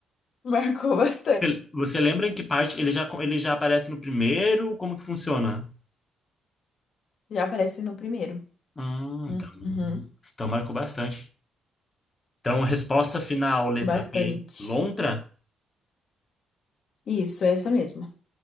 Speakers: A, on the left (about 60°); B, on the left (about 25°).
A: Marcou bastante.
B: Você você lembra em que parte ele já, ele já aparece no primeiro? Como que funciona?
A: Já aparece no primeiro.
B: Hum,
A: Uhum,
B: então, então marcou bastante. Então, resposta final, letra
A: bastante.
B: B, lontra.
A: Isso, é essa mesmo.